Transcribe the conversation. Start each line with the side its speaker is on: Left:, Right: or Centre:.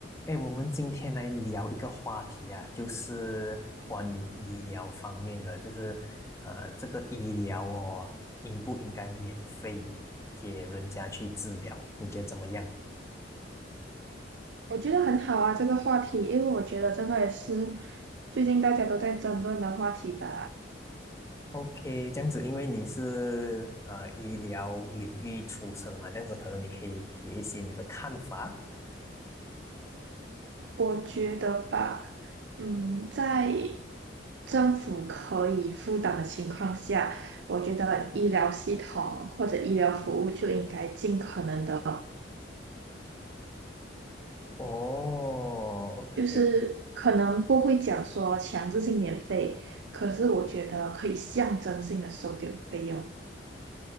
Left: 哎，我们今天来聊一个话题啊，就是关于医疗方面的，就是呃，这个医疗哦，应不应该免费给人家去治疗？你觉得怎么样
Right: 我觉得很好啊，这个话题，因为我觉得这个也是最近大家都在争论的话题吧。
Left: ？OK，这样子，因为你是呃医疗领域出身的嘛，这样子可能你可以给一些你的看法。
Right: 我觉得吧，嗯，在政府可以负担的情况下，我觉得医疗系统或者医疗服务就应该尽可能的，
Left: 哦 OK。
Right: 就是可能不会讲说强制性免费，可是我觉得可以象征性的收点费用。